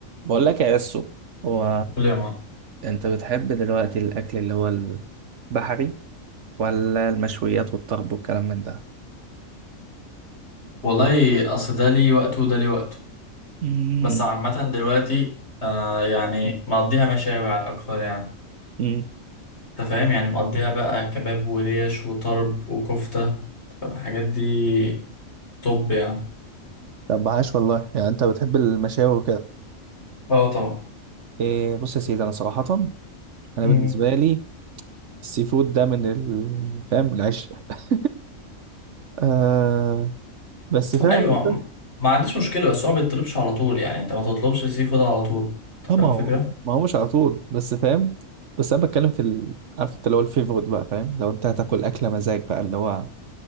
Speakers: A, on the right; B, on the left.
A: بقول لك يا اسو هو
B: قول يا معلم.
A: انت بتحب دلوقتي الاكل اللي هو البحري ولا المشويات والطرب والكلام من ده
B: والله اصل ده ليه وقته وده ليه وقته
A: مم.
B: بس عامة دلوقتي آه يعني مقضيها مشاوي على اكتر يعني
A: مم.
B: انت فاهم يعني مقضيها بقى كباب وريش وطرب وكفتة أنت فاهم؟ الحاجات دي طب يعني
A: طب عاش والله يعني انت بتحب المشاوي وكده
B: اه طبعا
A: إيه بص يا سيدي انا صراحة انا
B: مم.
A: بالنسبة لي السي فود ده من ال- فاهم العشق <laughs> آه بس فاهم
B: ايوه
A: انت
B: ما عنديش مشكلة بس هو ما بيطلبش على طول يعني انت ما تطلبش سي فود على طول انت
A: اه
B: فاهم
A: ما
B: الفكرة؟
A: هو ما هو مش على طول بس فاهم بس انا بتكلم في ال... عارف انت اللي هو الفيفورت بقى فاهم لو انت هتاكل اكله مزاج بقى اللي هو